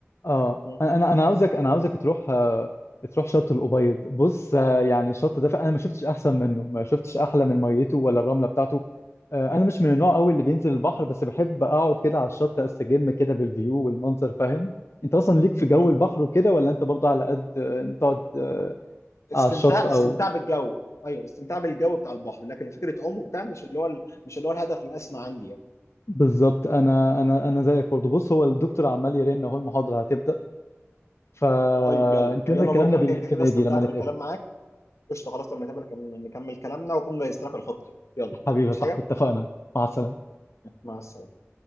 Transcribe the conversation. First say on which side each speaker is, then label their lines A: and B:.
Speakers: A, on the left; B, on the left.
A: اه
B: م-
A: انا انا عاوزك انا عاوزك تروح آه، تروح شط الابيض بص آه، يعني الشط ده انا ما شفتش احسن منه ما شفتش احلى من ميته ولا الرمله بتاعته آه، انا مش من النوع قوي اللي بينزل البحر بس بحب اقعد كده على الشط استجم كده بالفيو والمنظر فاهم انت اصلا ليك في جو
B: م-
A: البحر وكده ولا انت برضه على قد آه، تقعد آه،
B: استمتاع
A: على الشط او
B: استمتاع بالجو ايوه استمتاع بالجو بتاع البحر لكن فكره عوم وبتاع مش اللي هو ال- مش اللي هو الهدف الاسمى عندي يعني
A: بالظبط انا انا
B: مم.
A: انا زيك برضه بص هو الدكتور عمال يرن اهو المحاضره هتبدا فنكمل
B: طيب يلا يلا
A: كلامنا
B: نروح انا
A: بالليل
B: كده
A: في
B: كده
A: النادي
B: استمتعت
A: لما نتقابل
B: بالكلام معاك قشطه خلاص لما نكمل نكمل كلامنا واكون جهزت لك الخطه يلا
A: حبيبي
B: بص
A: يا صاحبي
B: حاجه
A: اتفقنا مع السلامه
B: مع السلامة